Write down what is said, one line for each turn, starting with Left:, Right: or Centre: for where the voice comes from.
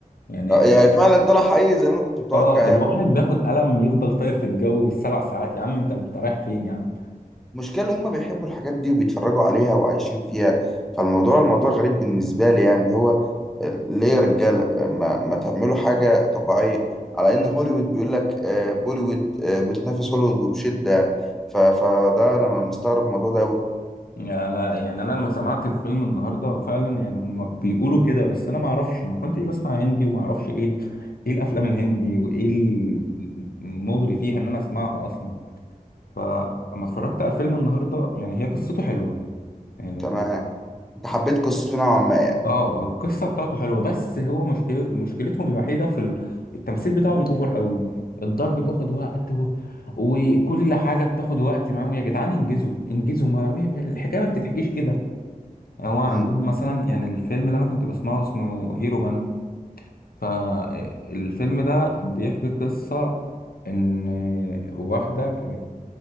Left: يعني
Centre: آه، يعني فعلا طلع حقيقي زي ما انا كنت متوقع
Left: اه
Centre: يعني
Left: الواحد بياخد قلم يفضل طاير في الجو بالسبع ساعات يا عم انت انت رايح فين يا عم
Centre: المشكله اللي هم بيحبوا الحاجات دي وبيتفرجوا عليها وعايشين فيها فالموضوع الموضوع غريب بالنسبه لي يعني اللي هو ليه يا رجاله ما, ما تعملوا حاجه طبيعيه على ان هوليوود بيقول لك آه، بوليوود آه، بتنافس هوليوود وبشده يعني ف- فده انا مستغرب الموضوع ده أوي.
Left: يعني انا يعني انا لما سمعت الفيلم النهارده هو فعلا يعني هم بيقولوا كده بس انا ما اعرفش ما كنتش بسمع هندي وما اعرفش ايه ال- ايه الافلام الهندي وايه ال- المغري فيها ان انا اسمعها اصلا فلما اتفرجت على الفيلم النهارده يعني هي قصته حلوه يعني
Centre: تمام
Left: كنت
Centre: انت حبيت قصته نوعا ما يعني
Left: اه القصه بتاعته حلوه بس هو مشكله مشكلتهم الوحيده في ال- التمثيل بتاعهم اوفر قوي الضرب بياخد وقت و- وكل حاجه بتاخد وقت معاهم يا جدعان انجزوا انجزوا ما الحكايه ما بتتحكيش كده هو عندهم
Centre: امم
Left: مثلا يعني الفيلم اللي انا كنت بسمعه اسمه هيرو بان فالفيلم ده بيحكي قصة ان واحدة كانت